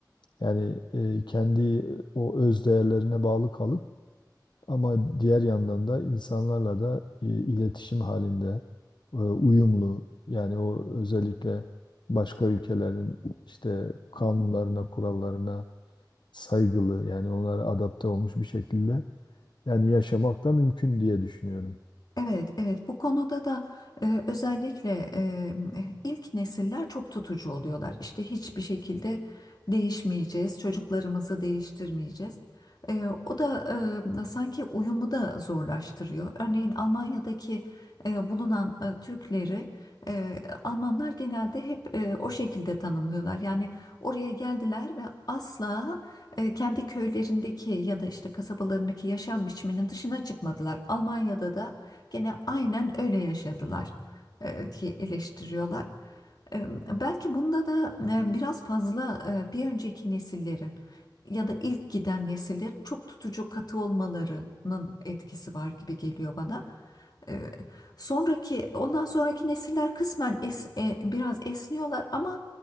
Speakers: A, on the left; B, on the left.
A: Yani e, kendi o öz değerlerine bağlı kalıp ama diğer yandan da insanlarla da e, iletişim halinde e, uyumlu yani o özellikle başka ülkelerin işte kanunlarına, kurallarına saygılı yani onlara adapte olmuş bir şekilde yani yaşamak da mümkün diye düşünüyorum.
B: Evet, evet. Bu konuda da e, özellikle e, ilk nesiller çok tutucu oluyorlar. İşte hiçbir şekilde değişmeyeceğiz, çocuklarımızı değiştirmeyeceğiz. E, o da e, sanki uyumu da zorlaştırıyor. Örneğin Almanya'daki e, bulunan e, Türkleri e, Almanlar genelde hep e, o şekilde tanımlıyorlar. Yani oraya geldiler ve asla e, kendi köylerindeki ya da işte kasabalarındaki yaşam biçiminin dışına çıkmadılar. Almanya'da da Gene aynen öyle yaşadılar e, diye eleştiriyorlar. E, belki bunda da e, biraz fazla e, bir önceki nesillerin ya da ilk giden nesillerin çok tutucu katı olmalarının etkisi var gibi geliyor bana. E, Sonraki, ondan sonraki nesiller kısmen es- e, biraz esniyorlar ama